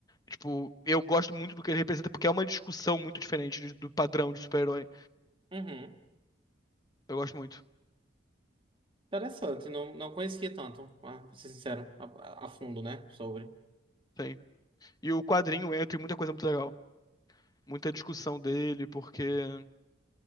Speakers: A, on the left (about 20°); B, on the right (about 25°).
A: Tipo, eu gosto muito do que ele representa, porque é uma discussão muito diferente de- do padrão de super-herói.
B: Uhum.
A: Eu gosto muito,
B: Interessante. Não, não conhecia tanto, ah, pra ser sincero, a, a fundo, né? Sobre.
A: sim. E o quadrinho entra em muita coisa muito legal. Muita discussão dele, porque